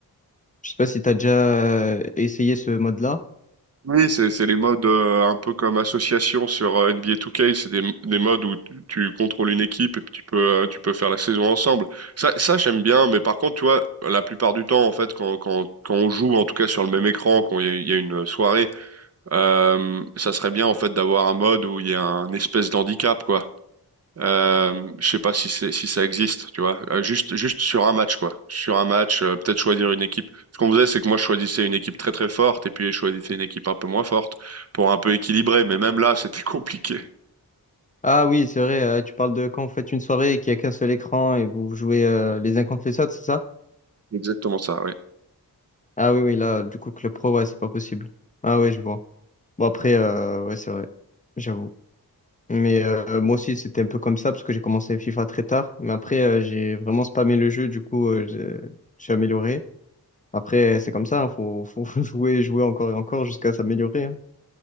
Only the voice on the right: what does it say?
Oui, c'est c'est les modes euh, un peu comme association sur euh, NBA 2K, c'est des, des modes où tu, tu contrôles une équipe et puis tu peux euh, tu peux faire la saison ensemble. Ça ça j'aime bien, mais par contre tu vois la plupart du temps en fait quand quand quand on joue en tout cas sur le même écran quand il y a, il y a une soirée Euh, ça serait bien en fait d'avoir un mode où il y a un espèce d'handicap quoi. Euh, je sais pas si c'est si ça existe, tu vois. Euh, juste juste sur un match quoi. Sur un match, euh, peut-être choisir une équipe. Ce qu'on faisait, c'est que moi je choisissais une équipe très très forte et puis je choisissais une équipe un peu moins forte pour un peu équilibrer. Mais même là, <laughs> c'était compliqué.
Exactement ça, oui,